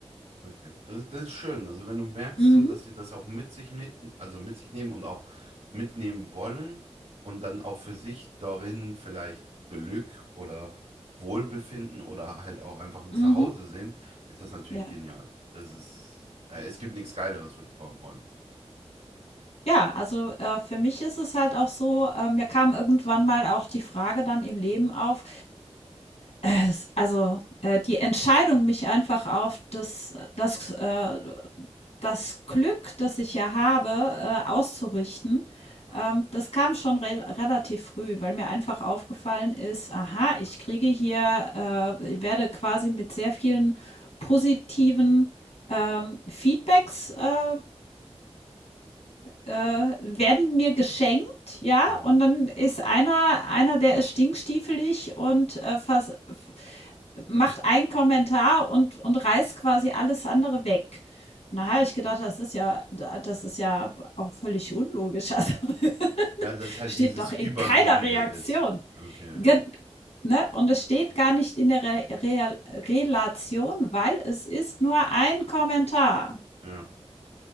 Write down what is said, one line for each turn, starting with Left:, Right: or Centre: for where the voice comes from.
Right: okay. Das, ist- das ist schön. Also wenn du merkst,
Left: Mhm,
Right: so, dass sie das auch mit sich mit, also mit sich nehmen und auch mitnehmen wollen und dann auch für sich darin vielleicht Glück oder Wohlbefinden oder halt auch einfach ein
Left: mhm,
Right: Zuhause sehen, ist das natürlich
Left: ja.
Right: genial. Das ist, äh, es gibt nichts Geileres, würde ich behaupten wollen.
Left: Ja, also äh, für mich ist es halt auch so, äh, mir kam irgendwann mal auch die Frage dann im Leben auf, es- also äh, die Entscheidung, mich einfach auf das, das äh, das Glück, das ich ja habe, äh, auszurichten,
Right: Ja,
Left: ähm, das kam schon rel relativ früh, weil mir einfach aufgefallen ist, aha, ich kriege hier, äh, ich werde quasi mit sehr vielen positiven ähm, Feedbacks äh, äh, werden mir geschenkt, ja,
Right: ja,
Left: und dann ist einer, einer, der ist stinkstiefelig und äh, vers f- macht einen Kommentar und, und reißt quasi alles andere weg. Na, habe
Right: ja.
Left: ich gedacht, das ist ja, das ist ja auch völlig unlogisch. Also <laughs>
Right: Ja, dass halt
Left: steht
Right: dieses
Left: doch in
Right: Überwiegende
Left: keiner Reaktion.
Right: ist. Okay,
Left: Gen
Right: ja.
Left: ne? Und es steht gar nicht in der Re Re Relation, weil es ist nur ein Kommentar,
Right: Ja,